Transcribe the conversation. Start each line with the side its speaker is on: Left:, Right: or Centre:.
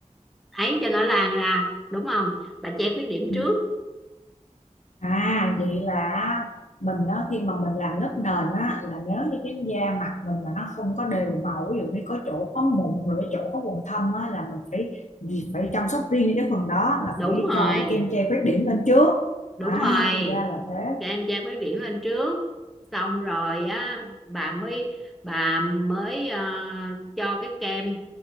Centre: ấy cho nó lan ra đúng không bà che khuyết điểm
Left: Ừ,
Centre: trước
Left: À vậy là mình đó khi mà mình làm lớp nền á là nếu như cái da mặt mình mà nó không có đều màu ví dụ như có chỗ có mụn rồi cái chỗ có quầng thâm á là mình phải phải chăm sóc riêng cho cái phần đó là
Centre: đúng
Left: phải
Centre: rồi
Left: cho cái kem che khuyết điểm lên trước
Centre: đúng
Left: à
Centre: rồi
Left: thì ra là thế
Centre: cho em trang phát triển lên trước xong rồi á bà mới bà mới ờ, cho cái kem